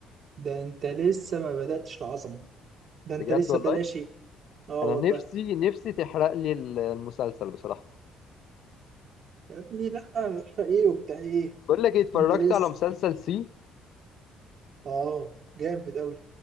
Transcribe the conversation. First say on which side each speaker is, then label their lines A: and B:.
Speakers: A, on the right; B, on the left.
A: ده انت لسه ما بدأتش العظمة، ده
B: بجد
A: انت لسه
B: والله
A: ده لا شيء، اه
B: انا
A: والله،
B: نفسي نفسي تحرق لي ال- المسلسل بصراحه
A: يا ابني لا ايه وبتاع ايه؟
B: بقول لك ايه اتفرجت
A: انت لسه،
B: على مسلسل سي
A: اه جامد قوي،